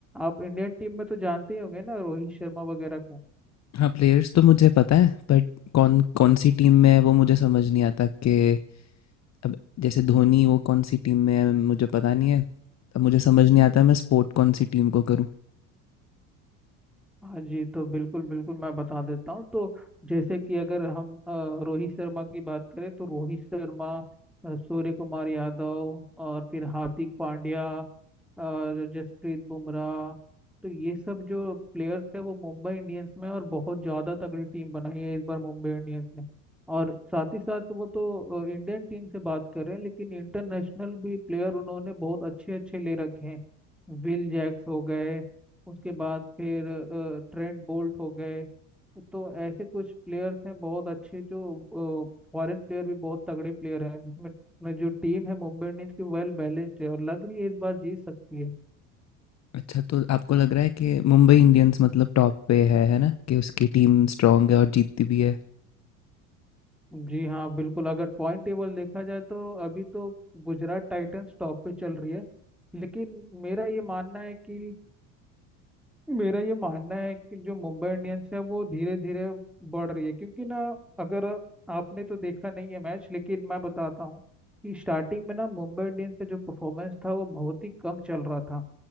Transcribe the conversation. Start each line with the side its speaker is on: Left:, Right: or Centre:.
Centre: आप इंडियन टीम में तो जानते ही होंगे ना रोहित शर्मा वगैरह को
Left: हाँ प्लेयर्स तो मुझे पता है बट कौन कौन सी टीम में है वो मुझे समझ नहीं आता कि अब जैसे धोनी वो कौन सी टीम में है मुझे पता नहीं है अब मुझे समझ नहीं आता मैं सपोर्ट कौन सी टीम को करूँ
Centre: हाँ जी तो बिल्कुल बिल्कुल मैं बता देता हूँ तो जैसे कि अगर हम अ, रोहित शर्मा की बात करें तो रोहित शर्मा अ, सूर्य कुमार यादव और फिर हार्दिक पांड्या और जसप्रीत बुमराह तो ये सब जो प्लेयर्स है वो मुंबई इंडियंस में और बहुत ज़्यादा तगड़ी टीम बनाई है इस बार मुंबई इंडियंस ने और साथ ही साथ वो तो इंडियन टीम से बात कर रहे हैं लेकिन इंटरनेशनल भी प्लेयर उन्होंने बहुत अच्छे अच्छे ले रखे हैं विल जैक्स हो गए उसके बाद फिर ट्रेंट बोल्ट हो गए तो ऐसे कुछ प्लेयर्स हैं बहुत अच्छे जो फॉरेन प्लेयर भी बहुत तगड़े प्लेयर हैं जिसमें में जो टीम है मुंबई इंडियंस की वेल बैलेंस्ड है और लग रही है इस बार जीत सकती है
Left: अच्छा तो आपको लग रहा है कि मुंबई इंडियंस मतलब टॉप पे है है ना कि उसकी टीम स्ट्रांग है और जीतती भी है
Centre: जी हाँ बिल्कुल अगर पॉइंट टेबल देखा जाए तो अभी तो गुजरात टाइटंस टॉप पे चल रही है लेकिन मेरा ये मानना है कि मेरा ये मानना है कि जो मुंबई इंडियंस है वो धीरे धीरे बढ़ रही है क्योंकि ना अगर आपने तो देखा नहीं है मैच लेकिन मैं बताता हूँ कि स्टार्टिंग में ना मुंबई इंडियंस का जो परफॉर्मेंस था वो बहुत ही कम चल रहा था